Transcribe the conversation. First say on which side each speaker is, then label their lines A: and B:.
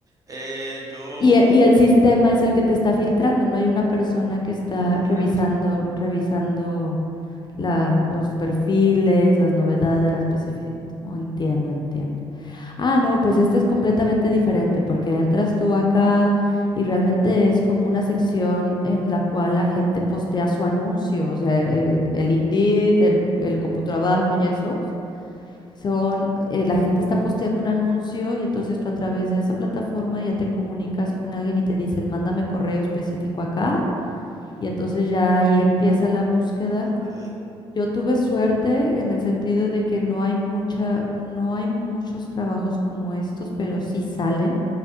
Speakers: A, on the right (about 30°); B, on the left (about 40°).
A: Eh, yo...
B: Y el, y el sistema
A: Ajá,
B: es el que te está filtrando, no hay una persona que está
A: Correcto.
B: revisando, revisando la, los perfiles, las novedades, las especificaciones. entiendo, entiendo. Ah, no, pues este es completamente diferente porque
A: Ujú.
B: entras tú acá y realmente es como una sección en la cual la gente postea su anuncio, o sea, el, el Indeed, el, el Computrabajo y eso. Son, eh, la gente está posteando un anuncio y entonces tú a través de esa plataforma ya te comunicas con alguien y te dicen, mándame correo específico acá. Y entonces ya ahí empieza la búsqueda.
A: Ok,
B: Yo tuve suerte en el sentido de que no hay mucha, no hay muchos trabajos como estos, pero sí salen.